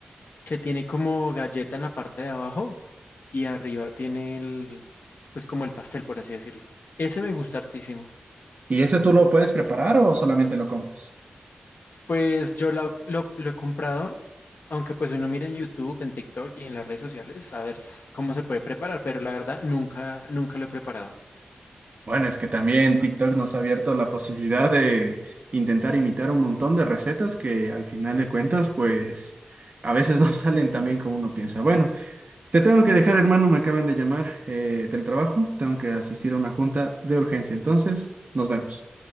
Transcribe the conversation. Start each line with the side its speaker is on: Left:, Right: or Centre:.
Left: Que tiene como galleta en la parte de abajo y arriba tiene el, pues como el pastel, por así decirlo. Ese me gusta hartísimo.
Right: ¿Y ese tú lo puedes preparar o solamente lo compras?
Left: Pues yo la- lo, lo he comprado, aunque pues uno mira en YouTube, en TikTok y en las redes sociales a ver s- cómo se puede preparar, pero la verdad nunca, nunca lo he preparado.
Right: Bueno, es que también TikTok nos ha abierto la posibilidad de intentar imitar un montón de recetas que al final de cuentas, pues a veces <laughs> no salen tan bien como uno piensa. Bueno, Te tengo que dejar, hermano, me acaban de llamar eh, del trabajo, tengo que asistir a una junta de urgencia, entonces nos vemos.